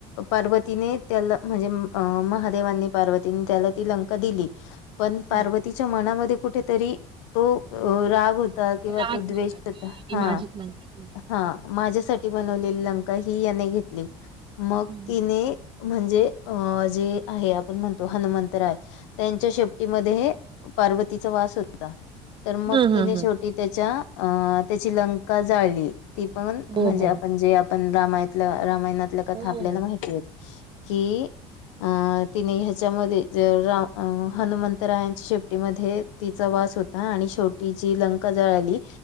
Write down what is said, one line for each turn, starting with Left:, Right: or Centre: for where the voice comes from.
Left: पार्वतीने त्याला म्हजे म अ महादेवांनी पार्वतीनी त्याला ती लंका दिली. पण पार्व
Right: हं.
Left: तिच्या मनामध्ये कुठेतरी तो अ राग होत ता किंवा
Right: राग
Left: तो द्वेष
Right: की
Left: होता.
Right: मी
Left: हा
Right: माझीच लंका घेऊन
Left: हा माझ्यासाठ ठी बनवलेली लंका ही याने घेतली. मग
Right: हं.
Left: तिने म्हणजे अ जे आहे आपण म्हणतो, हनुमंतराय त्यांच्या शेपटीमध्ये पार्वतीचा वास होता. तर मग
Right: हम्म हम्म
Left: तिने
Right: हम्म
Left: शेवटी त्यांच्या अं त्याची लंका जाळली. ती पण म्हणजे
Right: हो हो
Left: आपण जे आप पण रामायतलं, रामायणातल्या
Right: हो
Left: आपल्याला माहिती आहेत की
Right: <inaudible>
Left: अ तिने ह्याच्यामध्ये, अ राव हनुमंतरायांच्या शेपटीमध्ये तिचा वास होता. आणि शेवटी जी लंका जळाली